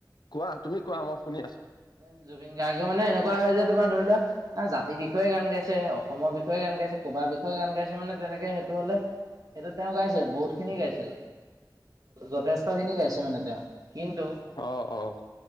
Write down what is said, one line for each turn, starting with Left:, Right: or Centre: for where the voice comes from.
Left: কোৱা তুমি কোৱা। মই শুনি আছো।
Right: এ জুবিন গাৰ্গে মানে এনেকুৱা হয় যে তোমাৰ ধৰিলোৱা। না জাতিৰ বিষয়ে গান গাইছে অসমৰ বিষয়ে গান গাইছে কবাৰ বিষয়ে গান গাইছে মানে তেনেকে সেইটো হ'লে সেইটো তেওঁ গাইছে, বহুত খিনি গাইছে, যথেষ্ট খিনি গাইছে মানে তেওঁ। কিন্তু
Left: অহ', অহ'।